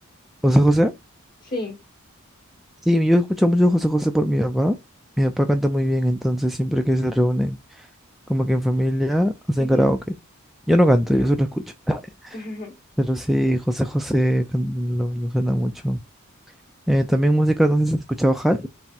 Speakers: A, in the centre; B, on the left.
A: José José.
B: Sí.
A: Sí, yo escucho mucho José José por mi papá. Mi papá canta muy bien, entonces siempre que se reúnen, como que en familia, hacen
B: ujú.
A: karaoke. Yo no canto, yo solo escucho. <laughs>
B: <laughs>
A: Pero sí, José José can- lo, lo suena mucho. Eh, también música, no sé si has escuchado Hash.